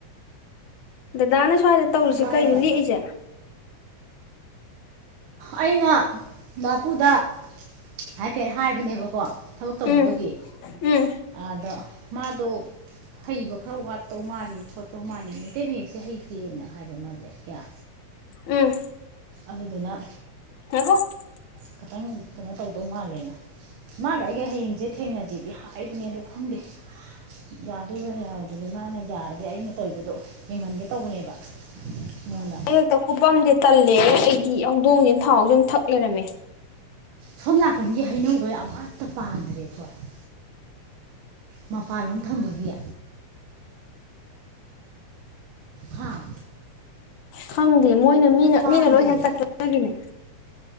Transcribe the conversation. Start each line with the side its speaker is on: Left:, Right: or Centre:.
Left: ꯗꯗꯥꯅ ꯁ꯭ꯋꯥꯏꯗ ꯇꯧꯔꯤꯨꯁꯤ
Right: ꯋꯥꯏꯑꯦꯕ
Left: ꯀꯩꯅ ꯂꯦꯛꯏꯁꯦ
Right: ꯑꯩꯅ ꯃꯄꯨꯗ ꯍꯥꯏꯐꯦꯠ ꯍꯥꯏꯕꯅꯦꯕꯀꯣ ꯊꯕꯛ ꯇꯧꯅꯕꯒꯤ
Left: ꯎꯝ ꯎꯝ
Right: ꯑꯗꯣ ꯃꯥꯗꯣ ꯍꯩꯕ ꯈꯔ ꯋꯥꯠꯇꯧ ꯃꯥꯜꯂꯤ ꯈꯣꯠꯇꯧ ꯃꯥꯜꯂꯤ ꯃꯩꯇꯩ ꯃꯌꯦꯛꯁꯦ ꯍꯩꯇꯦꯅ ꯍꯥꯏꯕ ꯃꯥꯁꯦ ꯀꯌꯥ
Left: ꯎꯝ
Right: ꯑꯗꯨꯗꯨꯅ
Left: <unintelligible>
Right: ꯈꯤꯇꯪ ꯀꯩꯅꯣ ꯇꯧꯗꯧ ꯃꯥꯜꯂꯦꯅ ꯃꯥꯒ ꯑꯩꯒ ꯍꯌꯦꯡꯁꯦ ꯊꯦꯡꯅꯁꯤꯗꯤ ꯍꯥꯏꯕꯅꯦ ꯑꯗꯣ ꯈꯪꯗꯦ ꯌꯥꯗꯣꯏꯔ ꯌꯥꯔꯣꯏꯗ꯭ꯔꯣꯏꯔ ꯃꯥꯅ ꯌꯥꯔꯗꯤ ꯑꯩꯅ ꯇꯧꯏꯕꯗꯣ ꯌꯦꯡꯍꯟꯒꯦ ꯇꯧꯕꯅꯦꯕ ꯃꯣꯏꯗꯥ
Left: <unintelligible> ꯀꯨꯄꯝꯗꯦ ꯇꯜꯂꯦ ꯑꯩꯗꯤ ꯍꯧꯗꯣꯡꯁꯤꯅ ꯊꯥꯎꯁꯦ ꯃꯨꯛ ꯊꯛ ꯂꯩꯔꯝꯃꯦ
Right: ꯁꯣꯝ ꯅꯥꯀꯟꯒꯤ ꯍꯩꯅꯧꯒꯩ ꯑꯃꯠꯇ ꯄꯥꯟꯗ꯭ꯔꯦ ꯑꯩꯈꫭꯏ ꯃꯄꯥꯟꯂꯣꯝ ꯊꯪꯕꯒꯤ ꯍꯥꯥ
Left: ꯈꯪꯗꯦ ꯃꯣꯏꯅ ꯃꯤꯅ
Right: ꯄꯥꯟꯗ꯭ꯔꯦ
Left: ꯃꯤꯅ ꯂꯣꯏ ꯍꯦꯛ <unintelligible>